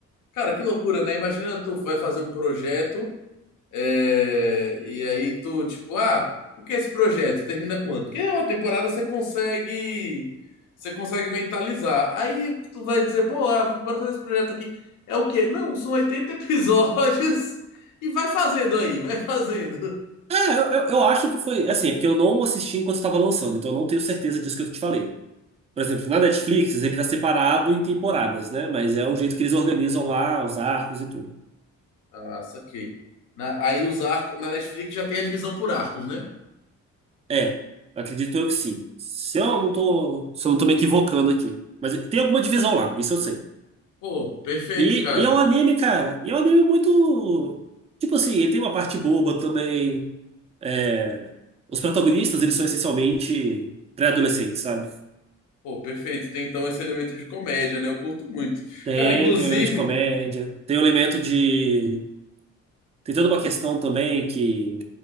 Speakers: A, on the left; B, on the right.
A: Cara, que loucura, né? Imagina tu vai fazer um projeto. É, e aí tu, tipo, ah, o que é esse projeto? Termina quanto? Porque é uma temporada você consegue, você consegue mentalizar. Aí tu vai dizer, pô, ah, bora fazer esse projeto aqui. É o quê? Não, são 80 episódios. <laughs> E vai fazendo aí, vai fazendo.
B: É, eu, eu eu acho que foi, assim, é porque eu não assisti enquanto estava lançando, então eu não tenho certeza disso que eu te falei. Por exemplo, na Netflix, ele está separado em temporadas, né? Mas é o jeito que eles organizam lá os arcos e tudo.
A: <laughs> Ah, saquei. Na- aí os arcos, na Netflix já tem a divisão por arcos, né?
B: É, acredito eu que sim. Se eu não tô, se eu não tô me equivocando aqui. Mas tem alguma divisão lá, isso eu sei.
A: Pô, perfeito,
B: E,
A: cara.
B: e é um anime, cara. E é um anime muito. Tipo assim, ele tem uma parte boba também. É, os protagonistas, eles são essencialmente pré-adolescentes, sabe?
A: Pô, perfeito. Tem então esse elemento de comédia, né? Eu curto muito.
B: Tem,
A: Cara, inclusive,
B: tem um elemento de comédia, tem um elemento de. Tem toda uma questão também que.